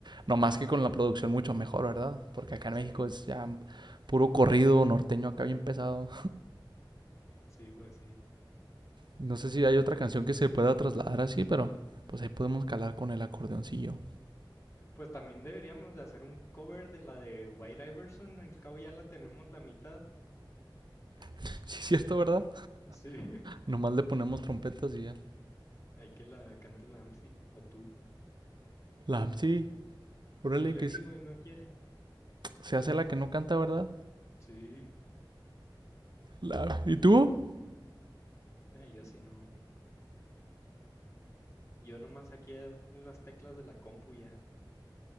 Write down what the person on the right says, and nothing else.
no más que con la producción mucho mejor, ¿verdad? Porque acá en
México es ya puro corrido norteño acá bien pesado.
No sé si hay otra canción que se pueda trasladar así, pero pues ahí podemos calar con el acordeoncillo.
<laughs> Sí, es cierto, ¿verdad?
Nomás le ponemos trompetas y ya.
La, sí, órale,
que
es-
se hace la que no canta, ¿verdad?
La- ¿Y tú?